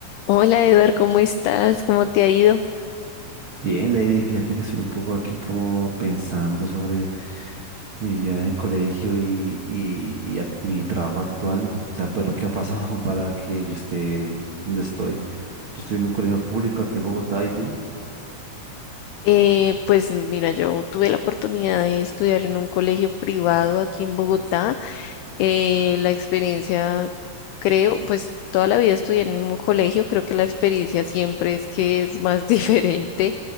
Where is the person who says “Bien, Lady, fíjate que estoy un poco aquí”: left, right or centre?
Right